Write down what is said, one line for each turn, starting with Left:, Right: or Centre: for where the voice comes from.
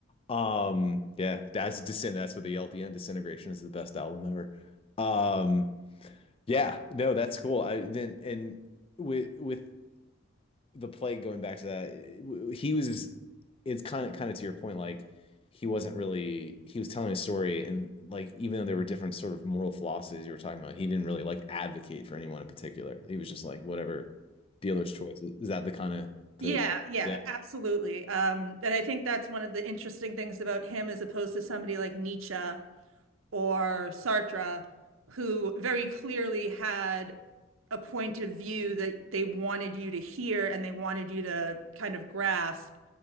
Left: Um, yeah, that's Descent. That's what they yell at the end. Disintegration is the best album ever. Um, yeah, no, that's cool. I then and with with the plague going back to that, it- w- he was it's kind of kind of to your point, like he wasn't really he was telling a story and like even though there were different sort of moral philosophies you were talking about, he didn't really like advocate for anyone in particular. He was just like whatever dealer's choice. Is that the kind of
Right: Yeah,
Left: the
Right: yeah,
Left: yeah.
Right: absolutely. Um, and I think that's one of the interesting things about him as opposed to somebody like Nietzsche or Sartre, who very clearly had a point of view that they wanted you to hear and they wanted you to kind of grasp.